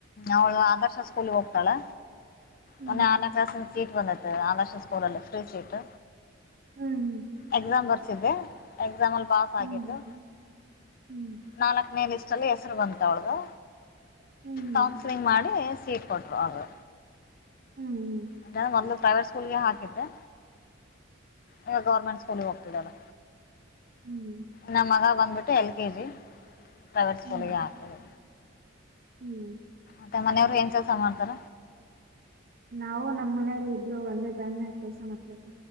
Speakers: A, on the left; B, on the right.
A: ಅವಳು ಆದರ್ಶ ಸ್ಕೂಲ್ ಗೆ ಹೋಗತಾಳೆ.
B: ಹ್ಮ್
A: ಮೊನ್ನೆ ಆರನೇ ಕ್ಲಾಸ್ ಸೀಟ್ ಬಂದಿತ್ಆದರ್ಶ ಸ್ಕೂಲ ಅ ಫ್ರೀ ಸೀಟ್.
B: ಹ್ಮ್
A: ಎಕ್ಸಾಮ್ ಬರ್ಸಿದ್ದೆ. ಎಕ್ಸಾಮ್ ಅಲ್ಲಿ ಪಾಸ್ ಆಗಿದ್ಲು
B: ಹ್ಮ್ ಹ್ಮ್
A: ನಾಲ್ಕನೇ ಲಿಸ್ಟಲ್ಲಿ ಹೆಸ್ರು ಬಂತ ಅವಳ್ದು
B: ಹ್ಮ್ ಹ್ಮ್
A: ಕೌನ್ಸ್ಲಿಂಗ್ ಮಾಡಿ ಸೀಟ್ ಕೊಟ್ಟರು ಅವ್ರು.
B: ಹ್ಮ್
A: ಅದು ಮೊದ್ಲು ಪ್ರೈವೇಟ್ ಸ್ಕೂಲ್ಗೆ ಹಾಕಿದ್ದೆ ಈ ಗೌರ್ಮೆಂಟ ಸ್ಕೂಲ್. ಅಲ್ಲಿಗೆ ಹೋಗುತ್ತಿದ್ದಾಳೆ.
B: ಹ್ಮ್
A: ನಮ್ಮ ಮಗ ಬಂದ್ಬಿಟ್ಟು ಎಲ್ ಕೆ ಜಿ ಪ್ರೈವೇಟ್ ಸ್ಕೂಲಿಗೆ
B: ಹ್ಮ್
A: ಹಾಕಿದೆ.
B: ಹ್ಮ್
A: ಮತ್ತ ಮನೆಯವ್ರು ಏನ್ ಕೆಲಸ ಮಾಡ್ತಾರ.
B: ನಾವು ನಮ್ಮ್ ಮನೆಯವರು ಇಬ್ರೂ ಒಂದೇ ಬ್ಯಾಂಕ್ ಕೆಲಸ ಮಾಡ್ತೀವಕ್ಕ.